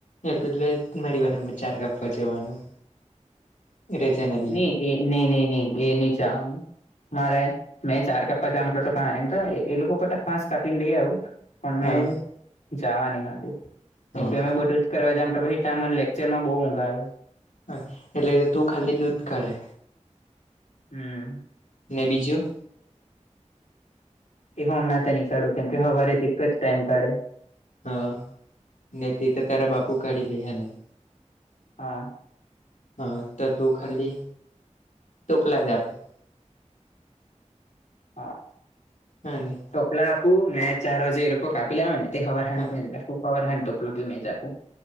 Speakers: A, on the left; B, on the left.
A: એ પેલે મારી વાર ચાર કાપવા જવાનું. એરે છે ને.
B: નહી એ ન નહી નહી એ નહી ચા મારે મેં ચાર કપ્પા જામટ તો એમ તો એ લોકોતા ફાં કાપીને લઈ આવું. પણ મેં
A: હા
B: જવા નહી માંગુ કેમકે
A: હા
B: મે બધું. કરવા જામ તો મને લેક્ચરમાં બઉુ ઊંઘ આવે.
A: હા એટલે તું ખાલી દૂધ કાઢે.
B: હમ.
A: ને બીજું?
B: એ હમણાં નહીં કાઢું કેમ કે હવારેથી એક જ ટાઈમ કાઢે.
A: હા ને તે તો તારા બાપુ કાઢી લે હેને.
B: હા.
A: હા તો તું ખાલી તોકલા જ- -
B: હા.
A: હમ.
B: ટપલા આપું ને ચારો જે લોકો કાપી આવે ને તે હવરહાજ
A: હા
B: મે પવર હાજ ટપલા મેજ આપું.